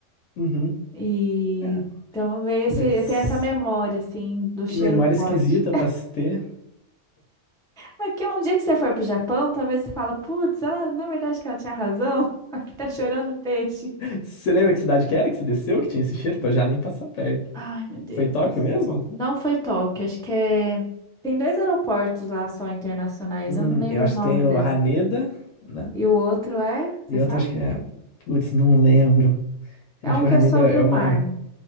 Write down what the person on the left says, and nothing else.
Uhum.
É,
mas.
Que memória esquisita
pra se ter.
<laughs> Você lembra que cidade que era que você desceu, que tinha esse cheiro? Pra eu já nem passar perto.
Foi em Tóquio mesmo?
Hum,
eu acho
que tem o
Haneda, né?
E
outro acho que é. Putz, não lembro.
Eu acho
que
o Haneda
é, é
o
maior.